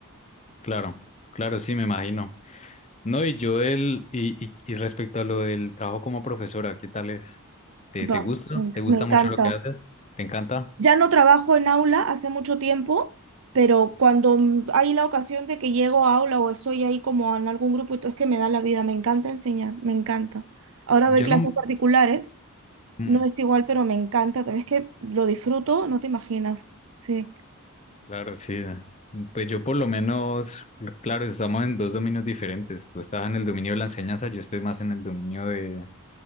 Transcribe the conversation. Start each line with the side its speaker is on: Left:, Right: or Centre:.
Left: Claro, claro, sí, me imagino. No, y yo del, y, y, y respecto a lo del trabajo como profesora, ¿qué tal es? ¿Te, te
Right: Va,
Left: gusta?
Right: me,
Left: ¿Te gusta
Right: me encanta.
Left: mucho lo que haces? ¿Te encanta?
Right: Ya no trabajo en aula hace mucho tiempo, pero cuando mm, hay la ocasión de que llego a aula o estoy ahí como en algún grupo, y todo es que me da la vida, me encanta enseñar, me encanta. Ahora
Left: Yo
Right: doy clases
Left: no,
Right: particulares,
Left: mm,
Right: no es igual, pero me encanta, también es que lo disfruto, no te imaginas. Sí.
Left: Claro, sí. ah. Pues yo por lo menos, cl- claro, estamos en dos dominios diferentes. Tú estás en el dominio de la enseñanza, yo estoy más en el dominio de,